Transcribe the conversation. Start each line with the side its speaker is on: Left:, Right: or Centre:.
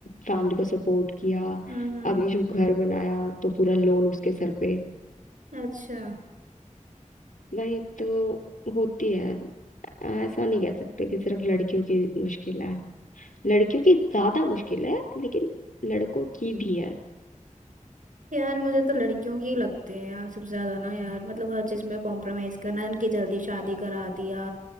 Left: फैमिली को सपोर्ट किया
Right: हम्म हम्म,
Left: अभी जो घर बनाया तो पूरा लोन उसके सर पे
Right: अच्छा
Left: भाई तो होती है ऐसा नहीं कह सकते कि सिर्फ लड़कियों की मुश्किल है लड़कियों की ज्यादा मुश्किल है लेकिन लड़कों की भी
Right: यार मुझे तो लड़कियों की ही लगती है यार सबसे ज्यादा ना यार मतलब हर चीज में कॉम्प्रोमाइज करना उनकी जल्दी शादी करा दिया